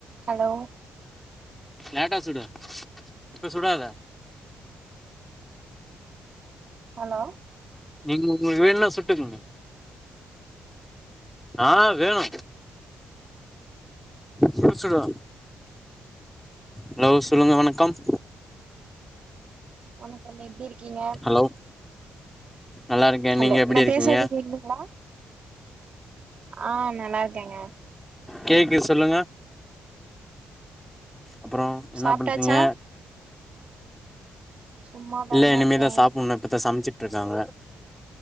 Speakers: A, on the right (about 50°); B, in the centre.
A: Hello
B: லேட்டா சுடு இப்ப சுடாத
A: ஹலோ
B: நீங்ளுக்கு வேணுனா சுட்டுக்குங்க ஆ வேணு சுடு சுடு ஹலோ சொல்லுங்க வணக்கம்
A: வணக்கம் எப்டி இருக்கீங்க
B: ஹலோ நல்லா இருக்கே
A: ஹலோ
B: நீங்க எப்டி
A: நா
B: இருக்கீங்க
A: பேசுறது கேக்குதுங்ளா ஆ நல்லா இருக்கேங்க
B: கேக்கு சொல்லுங்க அப்றோ என்ன
A: சாப்ட்டாச்சா
B: பண்றீங்க
A: சும்மாதாங்க
B: இல்ல இனிமே
A: இருக்கே
B: தா சாப்புணு இப்பதா சமச்சிட்டு இருக்காங்க